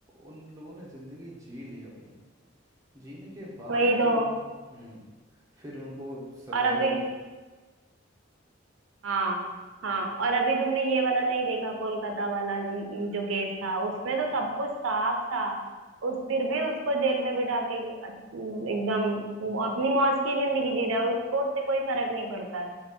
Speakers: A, on the right; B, on the right.
A: उन लोगों ने जिंदगी जी ली अपनी जीने के बाद
B: वही
A: फिर
B: तो
A: उनको हम्म फिर उनको सजा
B: और अभी
A: हुई
B: हाँ हाँ और अभी तुमने ये वाला नहीं देखा कोलकाता वाला न- न- जो केस था उसमें
A: हाँ,
B: तो सब कुछ साफ था उस फिर भी उसको जेल में बिठा के अ- एकदम वो अपनी मौज की जिंदगी जी रहा है उसको उससे कोई फर्क नहीं पड़ता है